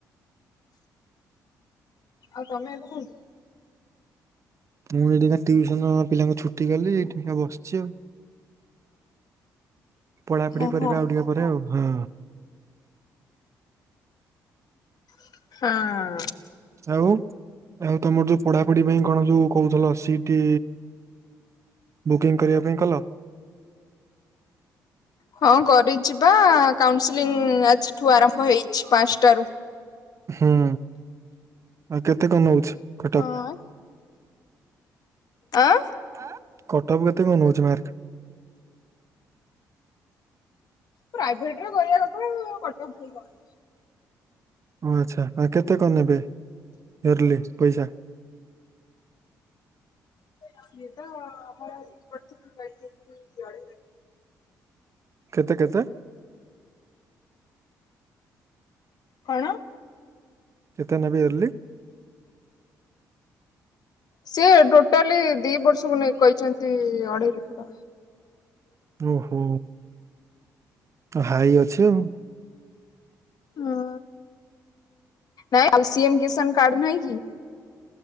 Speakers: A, on the left (about 60°); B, on the right (about 40°).
A: ଆଉ ତମେ ଏବେ କଣ
B: ମୁଁ ଏଠିକା ଟିଉସନ ପିଲାଙ୍କୁ ଛୁଟି କଲି ଏଇଠି ବସିଛି ଆଉ। ପଢାପଢି
A: ଓହୋ
B: କରିବି ଆଉ ଟିକିଏ ପରେ ଆଉ ହଁ।
A: ହଁ।
B: ଆଉ ଆଉ ତମର ଯୋଉ ପଢାପଢି ପାଇଁ କଣ ଯୋଉ କହୁଥିଲ ସି ଟି ବୁକିଂ କରିବା ପାଇଁ କଲ?
A: ହଁ କରିଚିବା କାଉନସେଲିଂ ଆଜିଠୁ ଆରମ୍ଭ ହେଇଛି ପାଞ୍ଚଟାରୁ।
B: ହୁଁ ଆଉ କେତେ କଣ ନଉଛି କଟ୍
A: ହଁ।
B: ପ୍।
A: ଆଁ।
B: ଆଁ କଟପ୍ କେତେ କଣ ନଉଛି ମାର୍କ?
A: ପ୍ରାଇଭେଟରେ କରିବା କଟପ୍ କିଏ କରୁଛି।
B: ଓ ଆଚ୍ଛା ଆ କେତେ କଣ ନେବେ ଇୟର୍ଲି ପଇସା?
A: <unintelligible> କହିଛନ୍ତି ଅଢେଇ ଲକ୍ଷ।
B: କେତେ କେତେ?
A: କଣ?
B: କେତେ ନେବେ ଏର୍ଲି?
A: ସିଏ ଟୋଟାଲି ଦି ବର୍ଷକୁ ନେଇ କହିଛନ୍ତି ଅଢେଇ ଲକ୍ଷ।
B: ଓହୋ ହାଇ ଅଛି ଆଉ।
A: ହୁଁ ନାଇ ସିଏମ କିସାନ କାର୍ଡ ନାହିଁ କି।